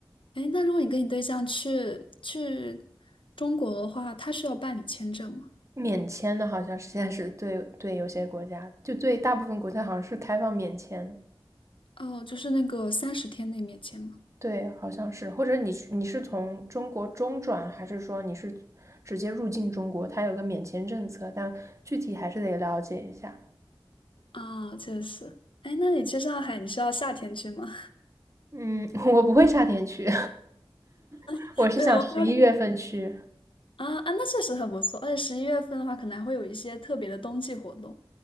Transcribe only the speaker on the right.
免签的好像是现在是对对有些国家，就对大部分国家好像是开放免签，
对，好像是，或者你是你是从中国中转，还是说你是直接入境中国？它有个免签政策，但具体还是得了解一下。
嗯，<laughs> 我不会夏天去，<laughs>
我是想十一月份去。